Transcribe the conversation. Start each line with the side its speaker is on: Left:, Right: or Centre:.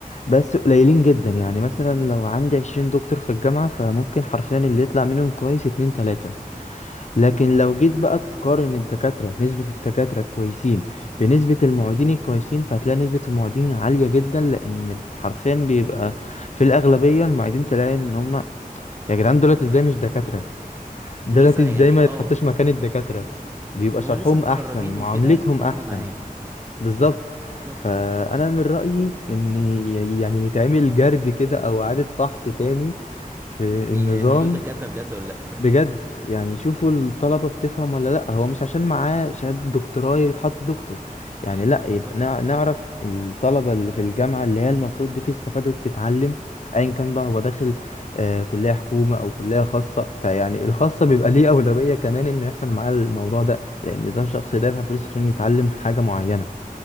Left: بس قليلين جدا يعني مثلا لو عندي عشرين دكتور في الجامعة فممكن حرفيا اللي يطلع منهم كويس اتنين تلاتة لكن
Right: <laughs> امم
Left: لو جيت بقى تقارن الدكاترة نسبة الدكاترة الكويسين بنسبة المعيدين الكويسين فهتلاقي نسبة المعيدين عالية جدا لأن حرفيا بيبقى في الأغلبية المعيدين تلاقي إن هم يا جدعان دولت ازاي مش دكاترة
Right: دول
Left: دولت
Right: لسه
Left: ازاي
Right: يعني
Left: ما
Right: اه
Left: يتحطش مكان الدكاترة بيبقى
Right: هو
Left: شرحهم
Right: لسه متخرجين
Left: احسن معاملتهم
Right: وكده فهم
Left: احسن
Right: معاك اه
Left: بالظبط
Right: بالظبط
Left: فانا من رأيي ان ي- يعني يتعمل جرد كده او اعادة فحص تاني في
Right: يعني
Left: النظام
Right: هو دول دكاترة بجد ولا لا
Left: بجد يعني شوفوا الطلبة بتفهم ولا لأ هو مش عشان معاه شهادة دكتوراه يتحط دكتور يعني
Right: <laughs>
Left: لأ يبقى
Right: بالظبط
Left: نع- نعرف الطلبة اللي في الجامعة اللي هي المفروض بتستفاد وبتتعلم أيا كان بقى هو داخل آه كلية حكومة أو كلية خاصة فيعني الخاصة بيبقى ليه أولوية كمان إنه يحصل معاه الموضوع ده لأن ده شخص دافع فلوس عشان يتعلم حاجة معينة